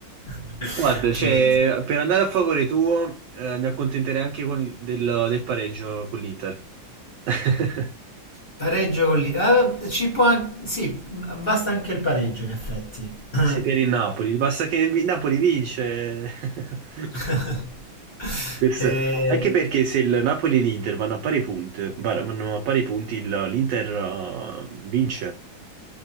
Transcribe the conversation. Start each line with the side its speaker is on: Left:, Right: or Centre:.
Left: <laughs>
Right: Guarda, cioè,
Left: dire.
Right: per andare a favore tuo, eh, mi accontenterei anche con il- del, del pareggio con l'Inter. <laughs>
Left: Pareggio con lì. Ah, ci può an- Sì, basta anche il pareggio in effetti. <laughs>
Right: Sei per il Napoli, basta che il Napoli vince. <laughs>
Left: <clears throat>
Right: Questo
Left: Eh,
Right: è- Anche perché se il Napoli e l'Inter vanno a pari punti, var- vanno a pari punti, il- l'Inter eh, vince.